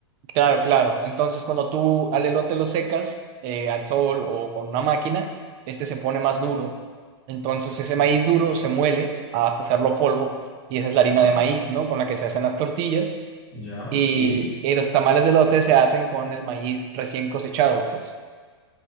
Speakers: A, on the right; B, on the left.
A: Claro, claro. Entonces, cuando tú al elote lo secas eh, al sol o con una máquina, este se pone más duro. Entonces, ese maíz duro se muele hasta hacerlo polvo y esa es la harina
B: Ah,
A: de maíz, ¿no? Con la que se hacen las tortillas
B: ya,
A: y,
B: sí,
A: y los tamales de elote se hacen con el maíz recién cosechado, pues.